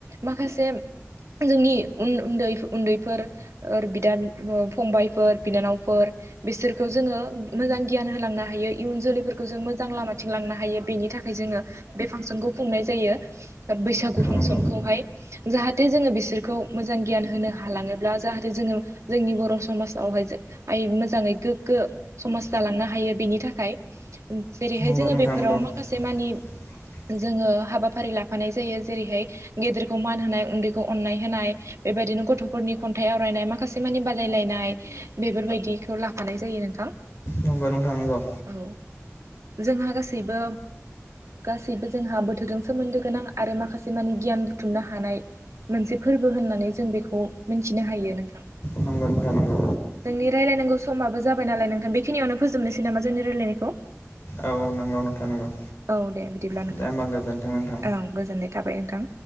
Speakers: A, on the right; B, on the left.
A: माखासे जोंनि उन-उन्दै उन्दैफोर ओर बिदा फंबायफोर बिनानावफोर बिसोर खौ जोङो मोजां गियान होलांनो हायो, इयुन जोलैफोरखौ जों मोजां लामाथिं लांनो हायो, बेनि थाखाय जोङो बे फांसनखौ खुंनाय जायो। बैसागु फांसनखौहाय
B: नंगौ
A: जाहाथे जोङो बिसोरखौ मोजां गियान होनो हालाङोब्ला जाहाथे जोङो जोंनि बर' समाजावहाय आइ मोजाङै गोग गो समाज जालांनो हायो बेनि थाखाय जेरैहाय
B: नंगौ
A: जोङो
B: नोंथां
A: बेफोराव
B: नंगौ
A: माखासेमानि
B: <inaudible>
A: जोङो हाबाफारि लाफानाय जायो जेरैहाय गेदेरखौ मान होनाय उन्दैखौ अननाय होनाय बेबा बिदिनो गथ'फोरनि खन्थाइ आवरायनाय माखासे मानि बादायलायनाय बेफोरबायदिखौ लाफानाय। जायो नोंथां।
B: नंगौ नोंथां नंगौ।
A: औ जोंहा गासैबो गासैबो जोंहा बोथोरजों सोमोन्दो गोनां आरो माखासे मानि गियान बुथुमनो हानाय। मोनसे फोरबो होननानै जों बेखौ मिनथिनो हायो नोंथां।
B: नंगौ नोंथां नंगौ
A: जोंनि रायलायनांगौ समाबो जाबाय नालाय नोंथां बेखिनियावनो फोजोबनोसै नामा जोंनि रायलायनायखौ।
B: औ नंगौ नोंथां नंगौ।
A: औ दे बिदिब्ला
B: दे
A: नोंथां
B: होमबा गोजोन्थों नोंथां
A: औ गोजोननाय थाबाय नोंथां